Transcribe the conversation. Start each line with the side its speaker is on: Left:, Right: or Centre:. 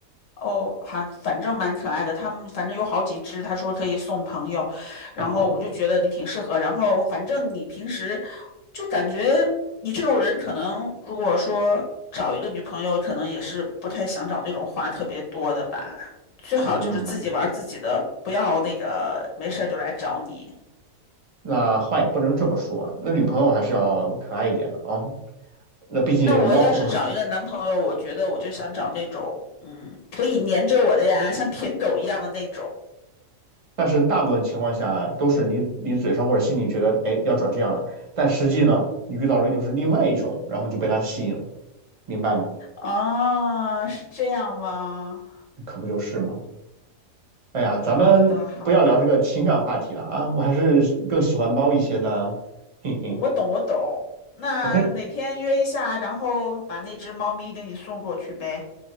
Left: 哦，还反正蛮可爱的。他们反正有好几只，他说可以送朋友，然后我就觉得你挺适合。
Right: 太好了。
Left: 然后反正你平时就感觉你这种人，可能如果说找一个女朋友，可能也是不太想找那种话特别多的吧。最好就是自己玩儿自己的，
Right: 嗯，
Left: 不要那个没事儿就来找你。
Right: 那话也不能这么说啊那女朋友还是要可爱一点的啊。那毕竟猫和
Left: 那我要是找一个男朋友，
Right: <laughs>
Left: 我觉得我就想找那种，嗯，可以黏着我的呀，像舔狗一样的那种。
Right: 但是大部分情况下都是你你嘴上或者心里觉得，哎，要找这样的，但实际呢，你遇到的又是另外一种，然后你就被他吸引了，明白吗？
Left: 哦，是这样吗？
Right: 可不就是吗？哎呀，咱们不要聊这个情感话题了啊，
Left: 好的，好的，
Right: 我还是更喜欢猫一些的啊嘿嘿。
Left: 我懂，我懂。那哪天约一下，
Right: 我跟
Left: 然后把那只猫咪给你送过去呗。